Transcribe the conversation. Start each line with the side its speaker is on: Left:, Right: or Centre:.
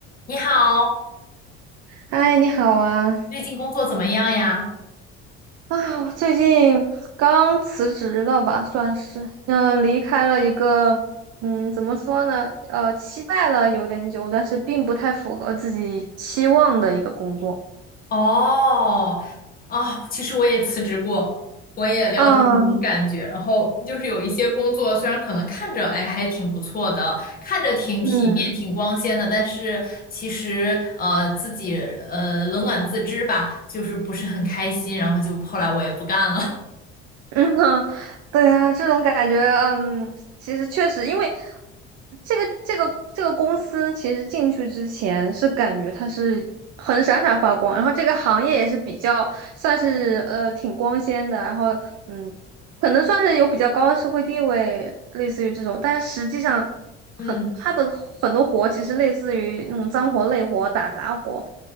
Left: 你好，
Right: 嗨，你好啊！
Left: 最近工作怎么样呀？
Right: 啊，我最近刚辞职了吧，算是，嗯、离开了一个，嗯，怎么说呢？呃，期待了有点久，但是并不太符合自己期望的一个工作。
Left: 哦，哦，其实我也辞职过，我也了解那种感觉。
Right: 嗯
Left: 然后就是有一些工作，虽然可能看着哎还挺不错的，看着挺体面、
Right: 嗯，
Left: 挺光鲜的，但是其实呃自己呃冷暖自知吧，就是不是很开心。然后就后来我也不干了。
Right: <laughs> 嗯，哼，对呀，这种感觉，嗯，其实确实，因为这个这个这个公司，其实进去之前是感觉它是很闪闪发光，然后这个行业也是比较算是呃挺光鲜的，
Left: <laughs>
Right: 然后嗯，可能算是有比较高的社会地位，类似于这种，但实际上很它的很多活其实类似于那种脏活累活、
Left: 嗯，
Right: 打杂活，